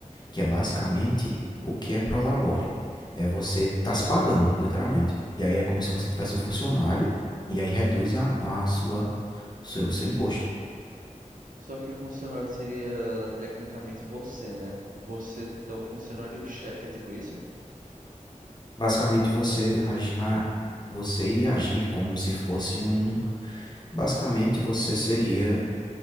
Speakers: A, on the left; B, on the right.
A: que é basicamente o que é prolabore. É você tá se pagando, literalmente. E aí é como se você tivesse um funcionário e aí reduz a, a sua, seu, o seu imposto.
B: Só que o funcionário seria tecnicamente você, né? Você é o funcionário-chefe, é tipo isso?
A: Basicamente você agi- a- você iria agir como se fosse um, basicamente você seria